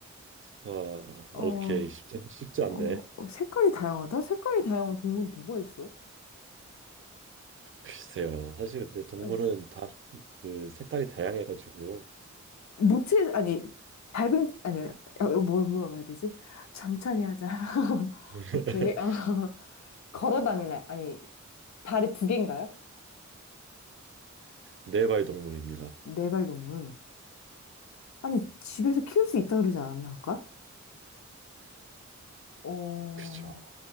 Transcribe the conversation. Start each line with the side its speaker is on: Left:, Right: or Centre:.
Right: 어,
Left: 어,
Right: 오케이. 쉽지, 쉽지 않네.
Left: 어, 어, 색깔이 다양하다? 색깔이 다양한 동물이 뭐가 있어?
Right: 글쎄요. 사실 근데 동물은
Left: 예.
Right: 다 그 색깔이 다양해가지고
Left: 무채, 아니, 밝은, 아니, 어, 어, 뭘 물어봐야 되지? 천천히 하자. <laughs>
Right: <laughs>
Left: 오케이. 어, 걸어 다니네. 아니, 다리 두 개인가요?
Right: 네발 동물입니다.
Left: 네 발 동물. 아니, 집에서 키울 수 있다 그러지 않았나 아까? 어,
Right: 그죠.